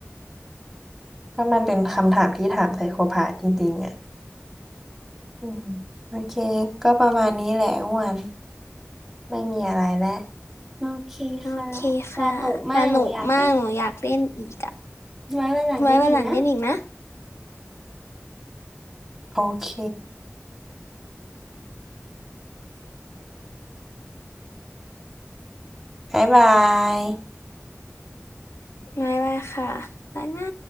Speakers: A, in the centre; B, on the left.
A: ก็มันเป็นคำถามที่ถามไซโคพาธจริงๆอ่ะอืมโอเคก็ประมาณนี้แหละอ้วันไม่มีอะไรแล้วโอเคค่ะสนุกมากหนูอยากเป่
B: โอเคค่ะสนุกมากหนูอยากเล่นอีกอ่ะ
A: นไว้วันหลังเล่นอีกนะ
B: ไว้วันหลังเล่นอีกนะ
A: โอเคบ๊ายบาย
B: ไว้ไว้ค่ะรักนะ